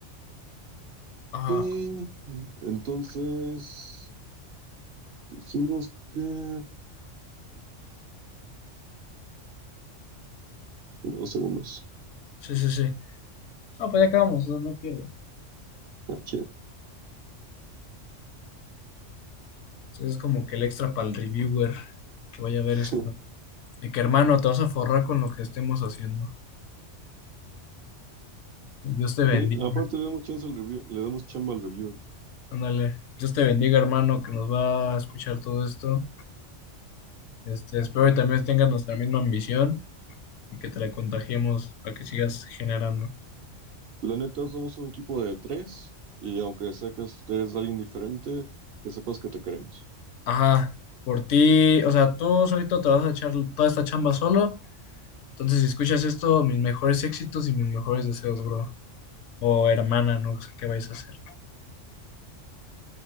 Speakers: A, on the left (about 80°); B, on the right (about 60°).
A: Ajá,
B: Ok, entonces dijimos que... Dos segundos.
A: sí, sí, sí. Ah, pues ya acabamos, no hay pierde.
B: Ah, chido.
A: Entonces es como que el extra para el reviewer que vaya a ver
B: <laughs>
A: esto. Y que hermano, te vas a forrar con lo que estemos haciendo. Dios te bendiga.
B: Ok, aparte le damos chance al review, le damos chamba al reviewer.
A: Ándale. Dios te bendiga, hermano, que nos va a escuchar todo esto. Este, espero que también tengas nuestra misma ambición y que te la contagiemos para que sigas generando.
B: La neta, somos un equipo de tres y aunque sea que ustedes alguien diferente, que sepas que te queremos.
A: Ajá, por ti, o sea, tú solito te vas a echar toda esta chamba solo. Entonces, si escuchas esto, mis mejores éxitos y mis mejores deseos, bro. O hermana, no sé qué vais a hacer.